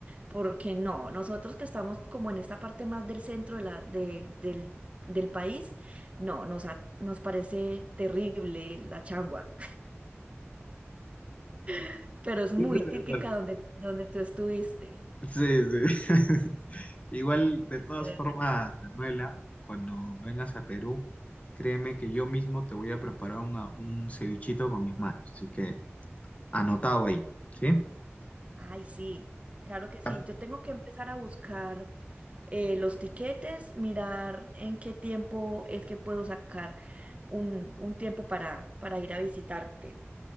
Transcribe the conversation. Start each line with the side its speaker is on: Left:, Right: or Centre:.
Right: porque no, nosotros que estamos como en esta parte más del centro de la, de- del, del país, no, nos, ha- nos parece terrible la changua, <laughs> pero es muy
Left: <laughs> Interesante.
Right: típica donde, donde tú estuviste.
Left: Sí, sí. <laughs> Igual, de todas
Right: Pero-
Left: formas, Manuela, cuando vengas a Perú, créeme que yo mismo te voy a preparar una- un cevichito con mis manos. Así que anotado ahí, ¿sí?
Right: Ay, sí, claro que
Left: Estamos-
Right: sí. Yo tengo que empezar a buscar. eh, los tiquetes, mirar en qué tiempo es que puedo sacar un, un tiempo para, para ir a visitarte.